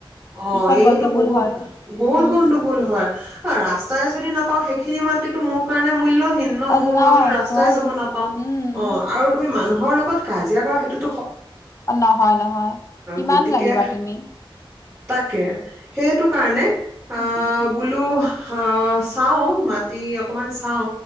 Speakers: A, on the right; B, on the left.
A: অঁ
B: পিছত
A: এতু
B: গণ্ডগোল
A: বহুত
B: হয়
A: বহুত
B: উম
A: গণ্ডগোল হয়, সা ৰাস্তা আৰু যদি নাপা অঁ সেইখিনি মাটিতো মোৰ কাৰণে মূল্য ভিন্ন
B: অ
A: মোৰ
B: ন
A: মই যদি ৰাস্তাই
B: নোৱাৰি
A: যাব নাপাওঁ
B: উম
A: অহ আৰু তুমি মানুহৰ লগত কাজিয়া কৰা সেইটো
B: নহয় নহয় কিমান
A: গতিকে
B: লাগিবা তুমি
A: তাকে, সেইটো কাৰণে অহ
B: উম উম
A: বোলো অহ চাও মাটি অকনমান চাও